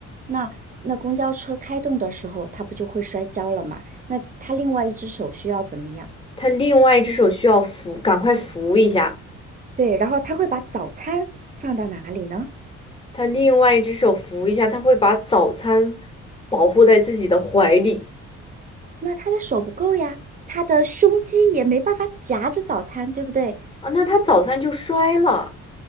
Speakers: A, on the right (about 30°); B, on the left (about 20°).
A: 那那公交车开动的时候，他不就会摔跤了吗？那他另外一只手需要怎么样？
B: 他另外一只手需要扶，赶快扶一下，
A: 对，然后他会把早餐放到哪里呢？
B: 他另外一只手扶一下，他会把早餐保护在自己的怀里
A: 那他的手不够呀，他的胸肌也没办法夹着早餐，对不对？
B: 啊，那他早餐就摔了，